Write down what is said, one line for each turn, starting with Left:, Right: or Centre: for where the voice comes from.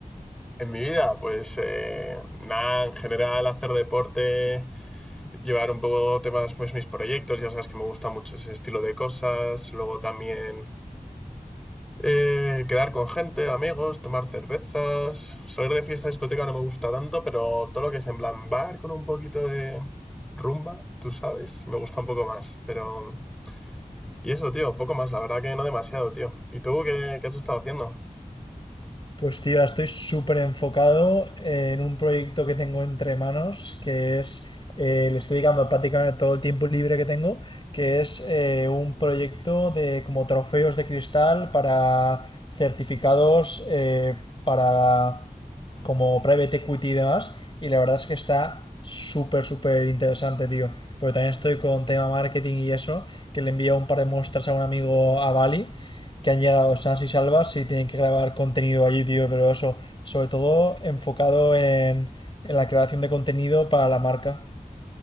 Centre: En mi vida, pues eh, nada, en general hacer deporte, llevar un poco temas, pues mis proyectos, ya sabes que me gusta mucho ese estilo de cosas, luego también Eh, quedar con gente, amigos, tomar cervezas. Salir de fiesta discoteca no me gusta tanto, pero todo lo que es en plan bar con un poquito de rumba, tú sabes, me gusta un poco más. Pero. Y eso, tío, poco más, la verdad que no demasiado, tío. ¿Y tú qué, qué has estado haciendo?
Left: Pues tío, ahora estoy súper enfocado en un proyecto que tengo entre manos, que es, eh, le estoy dedicando prácticamente todo el tiempo libre que tengo, que es eh, un proyecto de como trofeos de cristal para certificados eh, para como private equity y demás. Y la verdad es que está súper, súper interesante, tío. Pero también estoy con tema marketing y eso, que le envío un par de muestras a un amigo a Bali que han llegado sanas y salvas y tienen que grabar contenido allí, tío, pero eso, sobre todo enfocado en, en la creación de contenido para la marca.